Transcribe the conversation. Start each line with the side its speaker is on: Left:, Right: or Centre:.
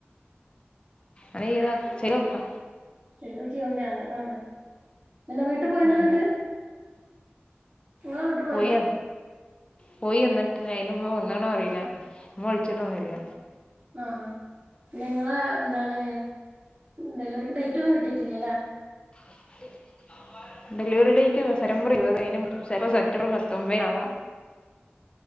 Left: അതെ ഇതാ ചെയ്തു നോക്കാ
Right: ചെയ്തൊക്കെയോണ്ട് നല്ലതാണ്. പിന്നെ വീട്ടിൽ പോയിന
Left: ഉം
Right: ന്നിട്ട്. നിങ്ങളെ വീട്ടിൽ പോയിന്നോ
Left: പോയ പോയി വന്നിട്ട് അയിന് ഇമ്മവന്നക്ക്ണ അറിയില്ല. ഇമ്മ വിളിച്ചിട്ടോന്നില്ല.
Right: ആ പിന്നെ നിങ്ങളെ എന്താണ്? ഡെലിവറിക്ക് ഡേറ്റ് ഒന്നും കിട്ടിട്ടില്ലല്ലേ?
Left: <unintelligible> ഡെലിവറി ഡേറ്റ് സെറ്റംബർ ഇരുപത് അയിന് മു സെപ്റ്റംബർ പത്തൊമ്പതിന് ആവാ